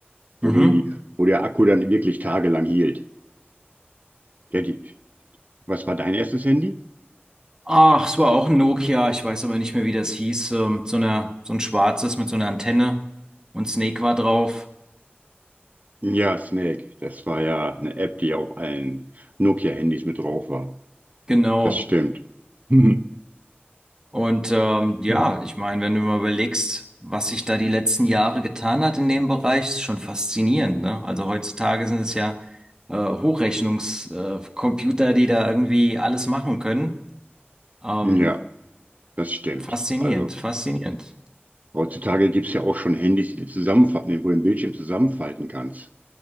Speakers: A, on the right; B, on the right.
A: Mhm.
B: wo die, wo der Akku dann wirklich tagelang hielt. Ja, die, was war dein erstes Handy?
A: Ach, es war auch ein Nokia, ich weiß aber nicht mehr, wie das hieß. Ähm, so einer, so ein schwarzes mit so einer Antenne und Snake war drauf.
B: Ja, Snake, das war ja eine App, die auf allen Nokia-Handys mit drauf war.
A: Genau.
B: Das stimmt. <laughs>
A: Und ähm, ja,
B: Hm.
A: ich meine, wenn du mal überlegst, was sich da die letzten Jahre getan hat in dem Bereich, ist schon faszinierend, ne? Also heutzutage sind es ja äh, Hochrechnungscomputer, äh, Computer, die da irgendwie alles machen können. Ähm,
B: Ja, das stimmt.
A: faszinierend,
B: Also
A: faszinierend.
B: heutzutage gibt es ja auch schon Handys, die du zusammenfalten, wo du den Bildschirm zusammenfalten kannst.